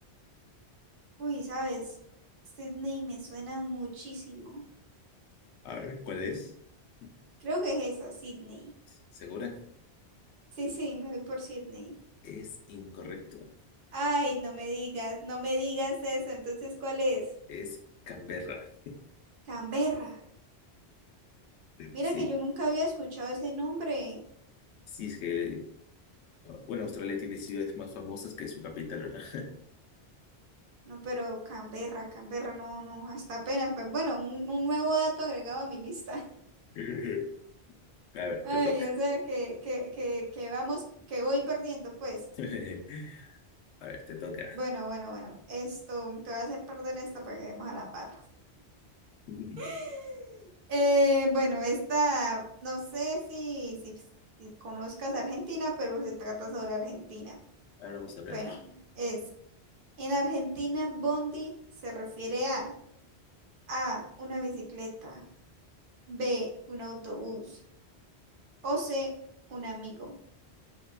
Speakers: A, on the right; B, on the left.
A: Uy, ¿sabes? Sydney me suena muchísimo.
B: A ver, ¿cuál es? <laughs>
A: Creo que es esa, Sydney.
B: ¿Segura?
A: Sí, sí, me voy por Sydney.
B: Es incorrecto.
A: Ay, no me digas, no me digas eso. Entonces, ¿cuál es?
B: Es Canberra.
A: Canberra. Mira
B: Sí,
A: que yo nunca había escuchado ese nombre.
B: sí es que, bueno, Australia tiene ciudades más famosas que su capital, ¿verdad?
A: No, pero Canberra, Canberra, no, no, hasta apenas. Pues bueno, un, un nuevo dato agregado a mi lista.
B: <laughs> A ver,
A: Ay,
B: te toca.
A: o sea, que, que, que, que vamos, que voy perdiendo, pues.
B: <laughs> A ver, te toca.
A: Bueno, bueno, bueno. Esto, te voy a hacer perder esta para que demos a la par.
B: <laughs>
A: <laughs> Eh, bueno, esta, no sé si, si, si conozcas Argentina, pero se trata sobre Argentina.
B: Ahora vamos a ver.
A: Bueno, es, en Argentina, Bondi se refiere a A, una bicicleta, B, un autobús, o C, un amigo,